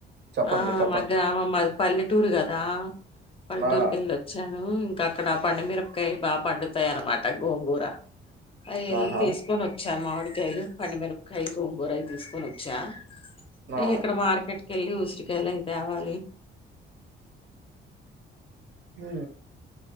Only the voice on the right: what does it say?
చెప్పండి
చెప్పండి
ఆ
ఆహా
ఆ
హ